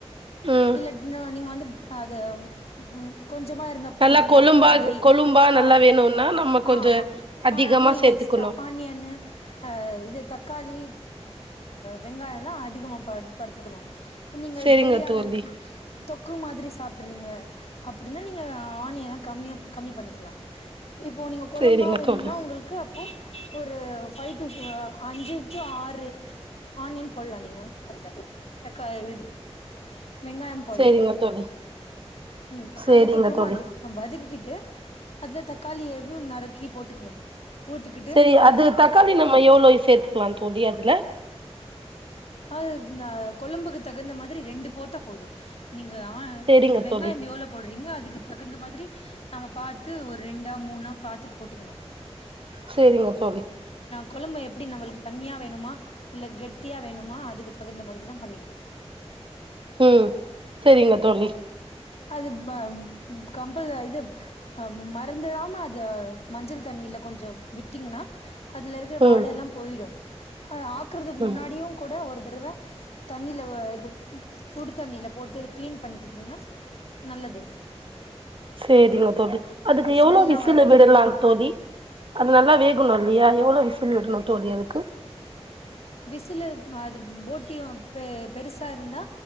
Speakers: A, on the right (about 50°); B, on the left (about 65°).
A: ம்
B: இல்ல நீங்க வந்து அது ம் கொஞ்சமா இருந்த போது
A: நல்லா கொழும்பா
B: தொக் க்கு மாதிரி
A: கொழும்பா
B: ஆ
A: நல்லா வேணுன்னா நம்ம கொஞ்சோ
B: ஆமா
A: அதிகமா
B: ஆனியன்
A: சேத்துக்கணு
B: எக்ஸ்ட்ரா ஆனியன்னு இது தக்காளி வெங்காயெல்லா அதிகமா ப படுத்துக்கணு நீங்க
A: செரிங்க
B: ட்ரையா
A: தோழி
B: தொக் க்கு மாதிரி சாப்றீங்க அப்டின்னா நீங்க ஆனியன கம்மியா கம்மி பண்ணிக்லா இப்போ நீங்க கொழம்பா
A: செரிங்க
B: வேணும்னா
A: தோழி
B: உங்கள்கு அப்போ ஒரு ஃபை டு அஞ்சு ஆறு ஆனியன் போல்லா நீங்க அதுல தக்கா இது வெங்காயம் போல்லா
A: செரிங்க தோழி
B: ம்
A: செரிங்க
B: அதுக்கப்றமா
A: தோழி
B: அது வதக்கிக்கிட்டு அதுல தக்காளி எதும் நர் க்கி போட்டுக்கணு போட்டுக்கிட்டு
A: சேரி அது தக்காளி நம்ம எவ்ளோ சேத்துக்கலாம் தோழி அதுல
B: அது ந கொழம்புக்கு தகுந்த மாரி ரெண்டு போட்டா போதும் நீங்க ஆ
A: சேரிங்க
B: இந்த வெங்காயம்
A: தோழி
B: எவ்வளௌ போட்றீங்க அது க்கு தகுந்த மாதிரி நாம பாத்து ஒரு ரெண்டா மூணா பாத்து போட்டுக்கணு
A: செரிங்க தோழி
B: கொழபு எப்டி நம்மளுக்கு தண்ணியா வேணுமா இல்ல கெட் டிய வேணுமா அதுக்கு தகுந்த மாதிரி தான் பண்ணிக்கணும்
A: ம் சரிங்க தோழி
B: அது ப ம் கம்பல் இதுஹ மறந்துடாம அது மஞ்சள் தண்ணில கொஞ்சம் விட்டீங்கன்னா அதுல இருக்கிற
A: ம்
B: வாடை எல்லாம் போயிடும் அ ஆக்குறதுக்கு
A: ம்
B: முன்னாடி கூட ஒரு தடவை தண்ணில இது சுடு தண்ணில போட்டு கிளீன் பண்ணிக்கிட்டீங்கன்னா நல்லது
A: சேரிங்க தோழி அதுக்கு
B: அது
A: எவ்ளோ
B: ஸ்மெல்லா
A: விசிலு
B: வராது
A: விடலாம் தோழி அது நல்லா வேகணும் இல்லையா எவ்ளோ விசிலு விடணும் தோழி அதுக்கு
B: விசிலு அது போட்டியும் பெ பெருசா இருந்தா